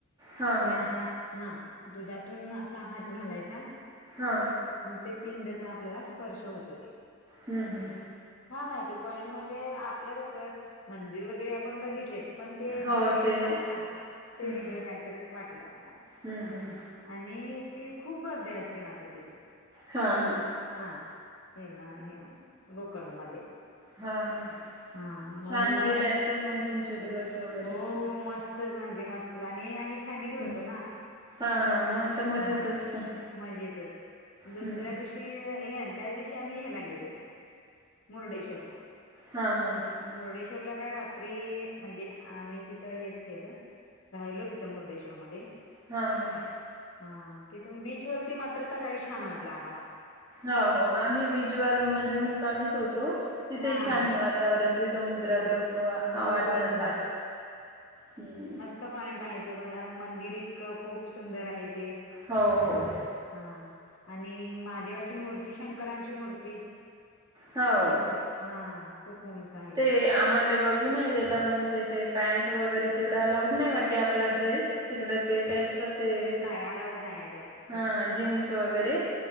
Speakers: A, on the right (about 20°); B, on the left (about 65°).
A: हां
B: त्या
A: हां
B: हा. दुधातून असा हात घालायचा.
A: हा.
B: मग ते पिंडचा आपल्याला स्पर्श होत हो ते.
A: हा हा.
B: छान आहे ते पॉइंट म्हणजे आपलं कसं मंदिर वगैरे आपण बघितलेत. पण ते
A: हो
B: पॉइंटला
A: ते
B: ह ते
A: हं,
B: वेगळं काहीतरी वाटलं आला.
A: हं, हं.
B: <inaudible> आणि इतकीे खूप गर्दी असते मात्र तिथं.
A: हा हा.
B: हा हे ना हे गोकर्ण मध्ये
A: हां, हां.
B: हा. मग
A: छान गेले असतील मग तुमचे दिवस वगैरे.
B: हो हो मस्तच म्हणजे मस्त आणि आम्ही फॅमिली होतो
A: हं.
B: ना.
A: हां, हां. मग तर मजेतच.
B: हा
A: हं,
B: मजेतच दुसऱ्या
A: हं.
B: दिवशी. त्या दिवशी आम्हीला गेलो म मुर्डेश्वरला.
A: हा हा
B: मुर्डेश्वरला काय रात्री म्हणजे आम्ही तिथं हेच केलं. राहिलो तिथं मुरडेश्वर मध्ये
A: हा हा
B: हा तिथून बीच वरती मात्र सकाळी छान वाटलं आम्हाला
A: हो हो आम्ही बीजवर म्हणजे मुक्कामीच होतो तिथे
B: हा
A: छानये
B: हा
A: वात वातावरण ते समुद्राच
B: हो
A: वाट
B: हो हो हो
A: लाट हम्म
B: त पॉईंट आहे तो बघण्या मंदिर इतकं खूप सुंदर आहे ते
A: हो हो-
B: हा आणि महादेवाची मूर्ती शंकरांची मूर्ती
A: हो.
B: शंकर हा खूप उंच आहे.
A: ते
B: ती
A: आम्हाले बघु घु नाय दिला म्हणजे ते पॅन्ट वगैरे तिकड अलाऊड नाही वाटते आपला ड्रेस तिकड ते त्यांच ते हं
B: आलाऊड नाय ये काय
A: हा जीन्स वगैरे